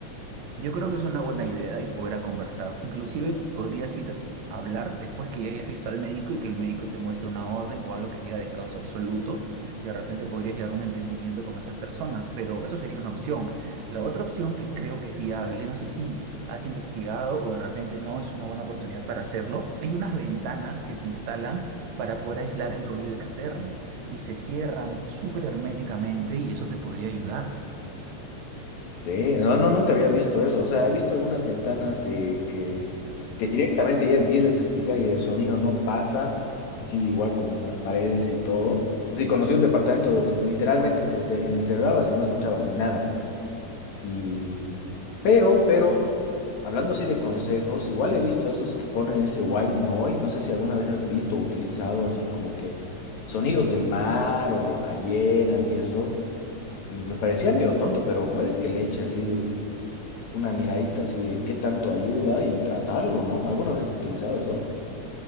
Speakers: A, on the right; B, on the left.
A: Yo creo que es una buena idea y poder a conversar. Inclusive podrías ir a hablar después que ya hayas visto al médico y que el médico te muestre una orden o algo que diga descanso absoluto y de repente podrías llegar a un entendimiento con esas personas, pero eso sería una opción. La otra opción que creo que es viable, no sé si has investigado o de repente no es una buena oportunidad para hacerlo, hay unas ventanas que se instalan para poder aislar el ruido externo y se cierran súper herméticamente y eso te podría ayudar.
B: Sí, no, no, nunca había visto eso. O sea, he visto algunas ventanas de que, que directamente ya el vidrio es especial y el sonido no pasa, así igual con unas paredes y todo. Así conocí un departamento donde literalmente te se- encerrabas y no escuchabas nada. Y, pero, pero, hablando así de consejos, igual he visto esos que ponen ese white noise. No sé si alguna vez has visto o utilizado así como que sonidos del mar o de ballenas y eso. Y me parecía medio tonto, pero puede que le eche así una miradita así de qué tanto ayuda y tratarlo, ¿no? ¿Alguna vez has utilizado eso?